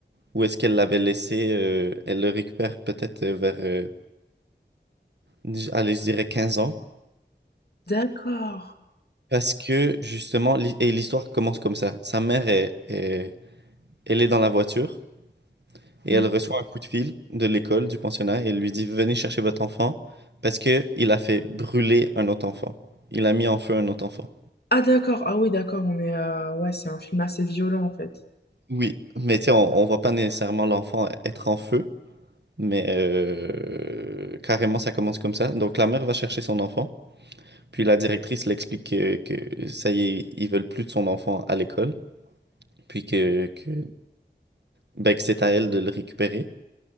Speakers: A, on the right; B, on the left.
A: Où est-ce qu'elle l'avait laissé? euh, elle le récupère peut-être euh, vers, euh, je- allez, je dirais 15 ans.
B: D'accord.
A: Parce que justement, l'hi- et l'histoire commence comme ça. Sa mère est, est- elle est dans la voiture et
B: Hmm.
A: elle reçoit un coup de fil de l'école, du pensionnat, et elle lui dit, venez chercher votre enfant parce que il a fait brûler un autre enfant. Il a mis en feu un autre enfant.
B: Ah, d'accord. Ah oui, d'accord, on est... euh, Ouais, c'est un film assez violent, en fait.
A: Oui, mais tu sais, on, on voit pas nécessairement l'enfant être en feu, mais euh, carrément ça commence comme ça. Donc la mère va chercher son enfant, puis la directrice l'explique que, que ça y est, ils veulent plus de son enfant à l'école, puis que, que, ben, que c'est à elle de le récupérer.